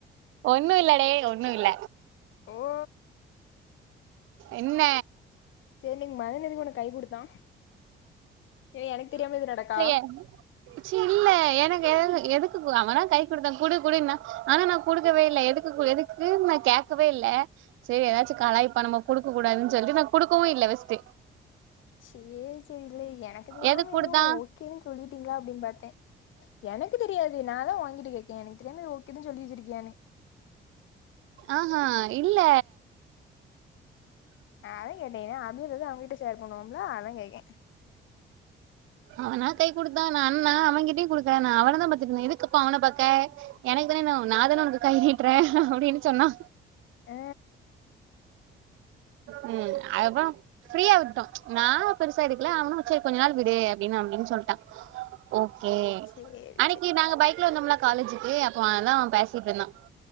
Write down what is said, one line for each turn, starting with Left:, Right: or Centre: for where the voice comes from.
Right: ஒன்னு இல்லடே ஒன்னு இல்ல
Left: ஓ
Right: என்ன
Left: செரி இன்னைக் மதன் எதுக்கு உனக்கு கை குடுத்தா ஏ எனக்கு தெரியாம எது நடக்கா
Right: <inaudible> ச்சி இல்ல எனக்கு எதுக்கு எதுக்கு கு அவனா கை குடுத்தா குடு குடுன்னா ஆனா நா குடுக்கவே இல்ல எதுக் <unintelligible> எதுக்கு நா கேட்கவே இல்ல செரி ஏதாச்சு கலைப்பா நம்ம குடுக்க கூடாதுன்னு சொல்லி நா குடுக்கவு இல்ல ஃபர்ஸ்ட்
Left: செரி செரி இல்ல எனக்கு தெரியாம
Right: எதுக்கு குடுத்தா
Left: ஏதவு ஓகேன்னு சொல்லிட்டீங்களா அப்டின்னு பாத்த எனக்கு தெரியாது நா அதா உ கிட்ட கேக்கேன் எனக்கு தெரியாம ஓகே எதுவு சொல்லி வச்சி இருக்கியான்னு
Right: ஆ இல்ல
Left: அ அதா கேட்ட அப்டின்றது அவங்கிட்ட ஷர் பண்ணுவோமில்ல அதா கேட்ட <inaudible>
Right: அவனா கை கொடுத்தா நா அண்ணா அவன்கிட்டயையு கொடுத்த நா அவன தா பாத்துட்டுந்த எதுக்கப்பா அவன பாக்க எனக்குன்னு நாதான உனக்கு கை நீட்டுற அப்டின்னு சொன்னா
Left: ஆ
Right: ம் அதுப்பற ஃப்ரீயா விட்டோ நா பெருசா இருக்கல அவனு வச்சா கொஞ்ச நாள் விடு அப்டின்னு அப்டின்னு சொல்லிட்டா ஓகே
Left: சேரி
Right: அன்னைக்கு
Left: சேரி
Right: நாங்க பைக்ல வந்தோம்லா காலேஜுக்கு அப்ப அததா பேசிட்டு இருந்தா